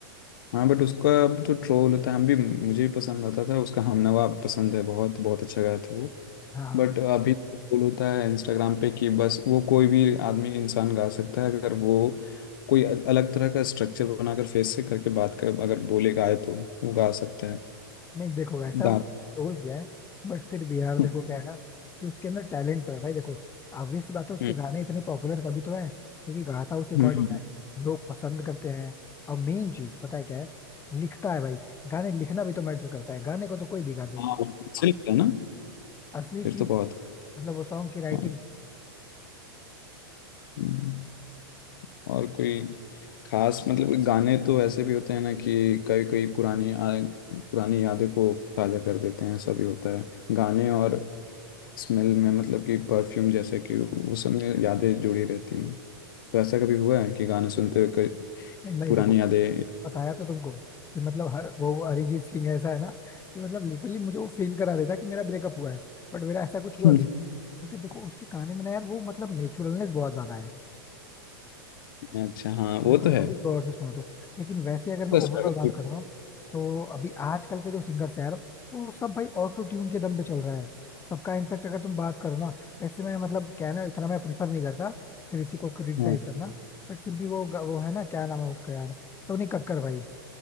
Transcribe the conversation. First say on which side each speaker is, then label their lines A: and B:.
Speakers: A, on the left (about 60°); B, on the left (about 20°).
A: हाँ बट उसका अब तो ट्रोल होता है हम भी मुझे भी पसंद आता था उसका हमनवा पसंद है बहुत बहुत अच्छा गाया था वो
B: हाँ हाँ
A: बट अभी तो ट्रोल होता है इंस्टाग्राम पे कि बस वो कोई भी आदमी इंसान गा सकता है अगर वो कोई अल- अलग तरह का स्ट्रक्चर बनाकर फेस से करके बात कर अगर बोले गाए तो वो गा सकता
B: नहीं देखो वैसा
A: है
B: रोल किया है बट फिर भी यार देखो
A: हम्म
B: क्या है ना कि उसके अंदर टैलेंट तो है भाई देखो obvious सी बात है उसके
A: हम्म,
B: गाने इतने पॉपुलर तभी तो है क्योंकि गाता उस अकॉर्डिंग
A: हम्म, हम्म।
B: है लोग पसंद करते हैं और मेन चीज पता है क्या है लिखता है भाई गाने लिखना भी तो मैटर करता है गाने को तो कोई भी गा दे
A: हाँ अच्छा लगता है ना
B: असली
A: फिर
B: चीज
A: तो बहुत
B: मतलब वो सॉन्ग की राइटिंग
A: हाँ हम्म, और कोई खास मतलब गाने तो ऐसे भी होते हैं ना कि कई कई पुरानी आ, पुरानी यादें को ताजा कर देते हैं ऐसा भी होता है गाने और स्मेल में मतलब कि परफ्यूम जैसे कि वो सब में यादें जुड़ी रहती हैं तो ऐसा कभी हुआ है कि गाने सुनते हुए कई
B: नहीं
A: पुरानी
B: देखो
A: यादें
B: बताया तो तुमको कि मतलब हर, वो अरिजीत सिंह ऐसा है ना कि मतलब लिटरली मुझे वो फील करा देता कि मेरा ब्रेकअप हुआ है बट मेरा ऐसा कुछ
A: <laughs>
B: हुआ भी क्योंकि देखो उसकी कहानी में ना यार वो मतलब नेचुरलनेस बहुत ज्यादा है
A: अच्छा हाँ
B: अगर
A: वो
B: तुम
A: तो है
B: कभी गौर से सुनो तो लेकिन वैसे अगर
A: उसका
B: मैं ओवरऑल
A: struggle
B: बात
A: भी-
B: कर रहा हूँ तो अभी आजकल के जो सिंगर्स हैं यार वो सब भाई ऑटो ट्यून के दम पे चल रहा है सबका इनफेक्ट अगर तुम बात करो ना ऐसे में मतलब क्या है ना इतना मैं प्रीफर नहीं करता किसी को क्रिटिसाइज
A: हाँ
B: करना बट फिर भी वो ग- वो है ना क्या नाम है उसका यार टोनी कक्कर भाई